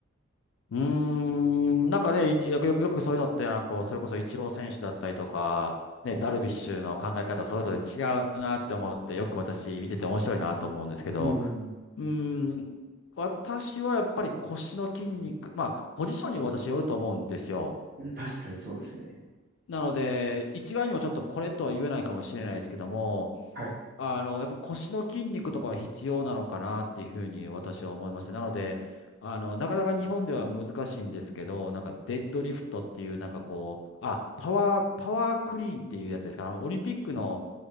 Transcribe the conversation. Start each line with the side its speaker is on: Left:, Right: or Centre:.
Left: うーん、なんかね、いよくよく、よくそういうのって、なんかこう、それこそイチロー選手だったりとか、ね、
Right: はい。
Left: ダルビッシュの考え方それぞれ違うなって思って、よく私見てて面白いなと思うんですけど、
Right: うん。
Left: うーん、私はやっぱり腰の筋肉、まあ、ポジションにも私よると思うんですよ。
Right: うん、確かにそうですね。
Left: なので、一概にもちょっとこれとは言えないかもしれないですけども、
Right: はい。
Left: あの、やっぱ腰の筋肉とかは必要なのかなっていうふうに私は思います。なので、あの、なかなか日本では難しいんですけど、なんかデッドリフトっていうなんかこう、あ、パワー、パワークリーンっていうやつですか、あのオリンピックの、